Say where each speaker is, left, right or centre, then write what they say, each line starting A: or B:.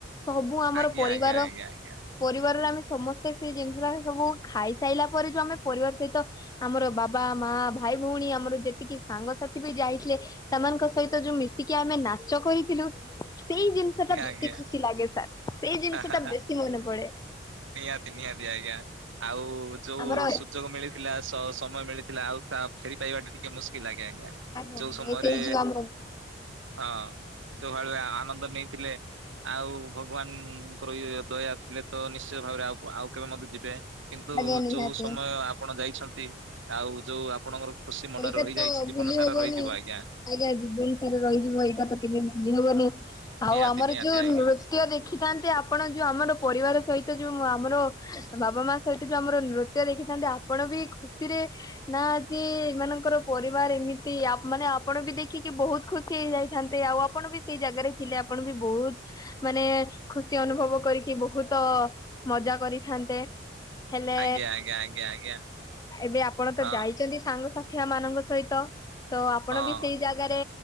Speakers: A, on the left; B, on the right.
A: ସବୁ ଆମର
B: ଆଜ୍ଞା
A: ପରିବାର
B: ଆଜ୍ଞା ଆଜ୍ଞା ଆଜ୍ଞା
A: ପରିବାରରେ ଆମେ ସମସ୍ତେ ସେଇ ଜିନିଷଟା ଆମେ ସବୁ ଖାଇସାଇଲା ପରେ ଯୋଉ ଆମେ ପରିବାର ସହିତ ଆମର ବାବା, ମା, ଭା ଭାଇ ଭଉଣୀ ଆମର ଯେତିକି ସାଙ୍ଗସାଥି ବି ଯାଇଥିଲେ ସେମାନଙ୍କ ସହିତ ଯୋଉ ମିଶିକି ଆମେ ନାଚ କରିଥିଲୁ। ସେଇ ଜିନିଷ ଟା ବେଶୀ
B: ଆଜ୍ଞା
A: ଖୁସି ଲାଗେ ସାର୍। ସେଇ ଜିନିଷ
B: ଆଜ୍ଞା।
A: ଟା ବେଶୀ ମନେ ପଡେ।
B: ନିହାତି ନିହାତି ଆଜ୍ଞା। ଆଉ ଯୋଉ
A: ଆମର ଆଜ୍ଞା
B: ସୁଯୋଗ ମିଳିଥିଲା ସ-ସମୟ ମିଳିଥିଲା ଆଉ ତା ଫେରି ପାଇବା ଟା ଟିକେ ମୁସ୍ ସେ ଆଜ୍ଞା
A: ଆଜ୍ଞା
B: ଯୋଉ
A: ଆଜ୍ଞା
B: ସମୟରେ
A: ସେଇ ଯୋଉ ଆମର
B: ହଁ ଯୋଉ ଭଳି ଆ, ଆନନ୍ଦ ନେଇ ଥିଲେ। ଆଉ ଭଗବାନଙ୍କର ଇଏ ଦୟା ଥିଲେ ତ ନିଶ୍ଚିୟ ଭାବରେ ଆଉ କ-ଆଉ କେବେ ମଧ୍ୟ ଯିବେ। କିନ୍ତୁ
A: ଆଜ୍ଞା ନିହାତି।
B: ଯୋଉ ସମୟ ଆପଣ ଯାଇଛନ୍ତି। ଆଉ ଯୋଉ ଆପଣଙ୍କର ଖୁସି ମନରେ
A: ସେଇଟା
B: ରହିଯାଇଛି
A: ତ
B: ଜୀବନ
A: ଭୁଲି
B: ସାରା
A: ହବନି।
B: ରହିଯିବ ଆଜ୍ଞା।
A: ଆଜ୍ଞା, ଏ ଜୀବନ ସାରା ରହିଯିବ ଏଇଟା ତ କେବେ ଭୁଲି ହବନି। ଆଉ
B: ନିହାତି
A: ଆମର
B: ନିହାତି
A: ଯୋଉ
B: ଆଜ୍ଞା।
A: ନୃତ୍ୟ ଦେ ଶାକାନ୍ତି ଆ ଆପଣ ଯୋଉ ଆମର ପରିବାର ସହିତ ଯୋଉ ଆମର ବାବା ମା ସହିତ ଯୋଉ ଆମର ନୃତ୍ୟ ଦେଖିଥାନ୍ତି। ଆପଣ ବି ଖୁସିରେ ନା ଯିଏ ସେମାନଙ୍କର ପରିବାର ଏମିତି ମାନେ ଆପଣ ବି ଦେଖିକି ବହୁତ ଖୁସି ହେଇଯାଇଥାନ୍ତେ ଆଉ ଆପଣ ବି ସେଇ ଜାଗାରେ ଥିଲେ ଆପଣ ବି ବହୁତ ମାନେ ଖୁସି ଅନୁଭବ କରିକି ବହୁତ ମଜା କରିଥାନ୍ତେ। ହେଲେ
B: ଆଜ୍ଞା ଆଜ୍ଞା ଆଜ୍ଞା ଆଜ୍ଞା
A: ଏବେ ଆପଣ ତ
B: ହଁ
A: ଯାଇଛନ୍ତି ସାଙ୍ଗସା ଥିଲା ମାନଙ୍କ ସହିତ ତ ଆପଣ
B: ହଁ
A: ବି ସେଇ ଜାଗାରେ